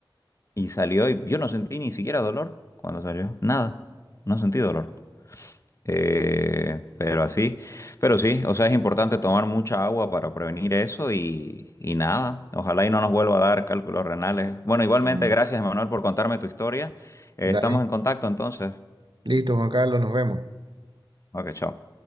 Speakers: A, on the left; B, on the right.
A: y salió, y yo no sentí ni siquiera dolor cuando salió, nada, no sentí dolor. Eh, pero así, pero sí, o sea, es importante tomar mucha agua para prevenir eso y, y nada, ojalá y no nos vuelva a dar cálculos renales. Bueno, igualmente,
B: Sí.
A: gracias, Emanuel, por contarme tu historia. Eh,
B: Dale.
A: estamos en contacto entonces.
B: Listo, Juan Carlos, nos vemos.
A: Ok, chao.